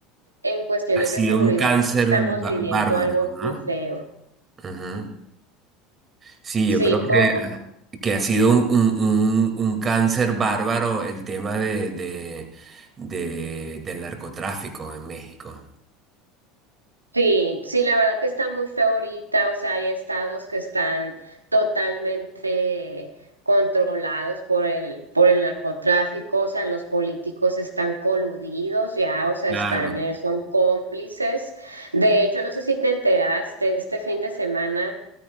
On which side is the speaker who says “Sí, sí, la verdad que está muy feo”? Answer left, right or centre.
Right